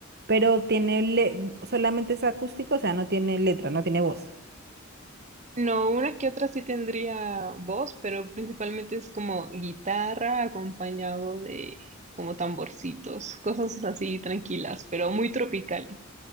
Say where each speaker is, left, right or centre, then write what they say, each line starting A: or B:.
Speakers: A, on the right; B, on the right.
A: pero tiene le- solamente es acústica, o sea, no tiene letra, no tiene voz.
B: No, una que otra sí tendría voz, pero principalmente es como guitarra acompañado de como tamborcitos, cosas así tranquilas, pero muy tropicales.